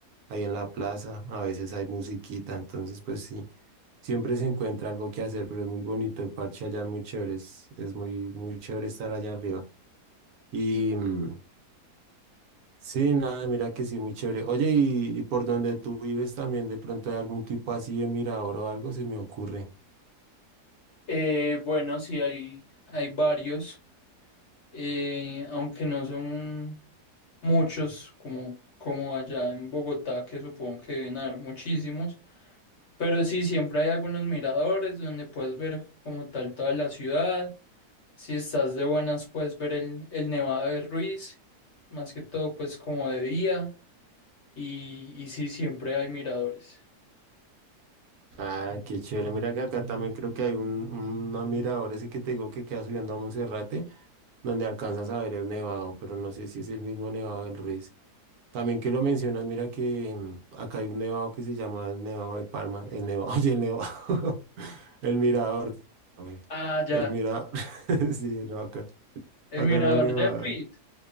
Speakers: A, on the right; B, on the left.
A: ahí en la plaza, a veces hay musiquita, entonces pues sí. Siempre se encuentra algo que hacer, pero es muy bonito. El parche allá es muy chévere. Es, es muy, muy chévere estar allá arriba. Y mm, sí, nada, mira que sí, muy chévere. Oye, y, y por donde tú vives también, de pronto hay algún tipo así de mirador o algo, se me ocurre.
B: Eh, bueno, sí, hay, hay varios, eh, aunque no son muchos como, como allá en Bogotá, que supongo que deben haber muchísimos, pero sí, siempre hay algunos miradores donde puedes ver como tal toda la ciudad, si estás de buenas puedes ver el, el Nevado de Ruiz, más que todo pues como de día, y, y sí, siempre hay miradores.
A: Ah, qué chévere. Mira que acá también creo que hay un, un mirador ese que te digo que queda subiendo a Monserrate, donde alcanzas a ver el nevado, pero no sé si es el mismo nevado del Ruiz. También que lo mencionas, mira que mm, acá hay un nevado que se llama el Nevado de Parma, el Nevado, <laughs> oye, el Nevado, <laughs> el Mirador, perdóname,
B: Ah, ya,
A: el Mirador, <laughs> sí, no, acá,
B: el
A: acá
B: mirador
A: no hay nevado,
B: de Ruiz,